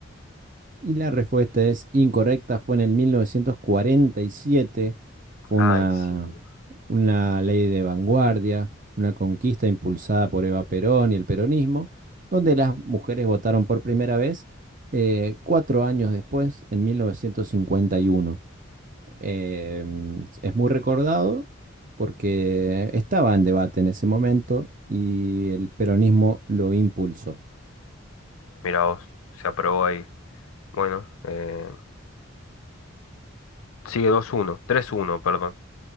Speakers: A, on the right; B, on the left.
A: Y la respuesta es incorrecta, fue en el 1947, fue una,
B: Ay, sí.
A: una ley de vanguardia, una conquista impulsada por Eva Perón y el peronismo, donde las mujeres votaron por primera vez eh, cuatro años después, en 1951. Eh, es muy recordado porque estaba en debate en ese momento y el peronismo lo impulsó.
B: Mirá vos, se aprobó ahí. Bueno, eh, sigue dos uno tres uno perdón.